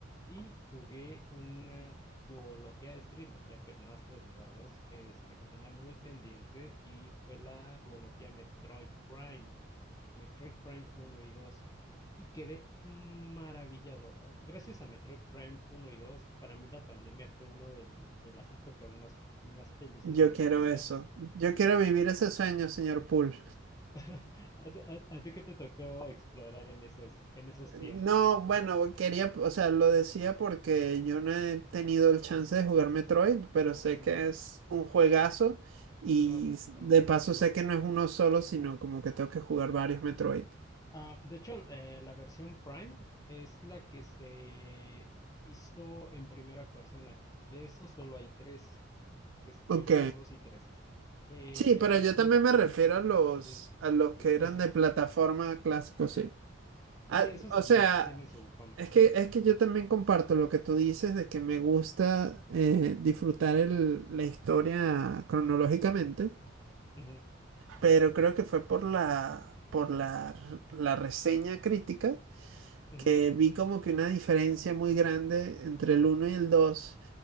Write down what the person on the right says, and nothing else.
Yo
quiero
eso. Yo quiero vivir ese sueño, señor Poole.
No, bueno, quería, o sea, lo decía porque yo no he tenido el chance de jugar Metroid, pero sé
que es un juegazo y
s-
de
paso
sé que no es uno solo, sino como que tengo que jugar varios Metroid.
Ok,
Sí,
pero
yo también me refiero a los,
a los
que
eran
de plataforma clásico,
sí.
Ah,
o
sea,
es que, es que yo también comparto lo que tú dices de que me gusta eh, disfrutar el- la historia cronológicamente,
pero creo que fue por la, por la, la reseña crítica
que vi como que una diferencia muy grande entre el uno y el dos